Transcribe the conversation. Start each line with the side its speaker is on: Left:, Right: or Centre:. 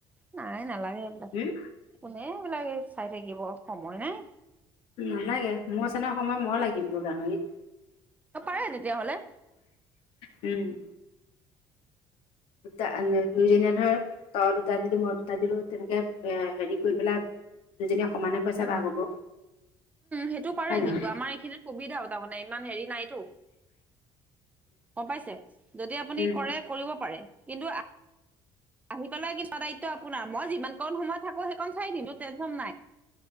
Right: নাই নালাগে এইবিলাক।
Left: উম
Right: কোনে এইবিলাক চাই থাকিব, সময় নাই।
Left: নালাগে, মোৰ আছে নহয় সময়, মই লাগিম তোৰ গাহৰিত।
Right: অ, পাৰে তেতিয়াহ'লে।
Left: উম। দুটা দুইজনীয়ে ধৰ, তই দুটা দিলি, মই দুটা দিলো, তেনেকে এ হেৰি কৰি পেলাই দুজনীৱে সমানে পইচা
Right: উম,
Left: ভাগ হ'ব
Right: সেইটো পাৰে
Left: হয় নহয়
Right: কিন্তু, আমাৰ এইখিনিত সুবিধাও তাৰমানে, ইমান হেৰি নাইতো। গম পাইছে। যদি আপুনি
Left: উম
Right: কৰে, কৰিব পাৰে। কিন্তু আহি পেলাই <unintelligible> দায়িত্ব আপোনাৰ, মই যিমান কণ সময় থাকো, সেইকণ চাই দিম, টেনশ্যন নাই।